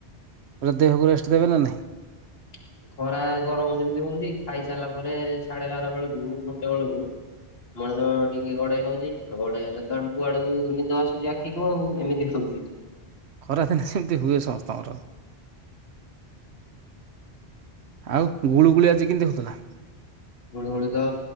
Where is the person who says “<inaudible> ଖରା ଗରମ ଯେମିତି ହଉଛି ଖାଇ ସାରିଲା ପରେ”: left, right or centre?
Left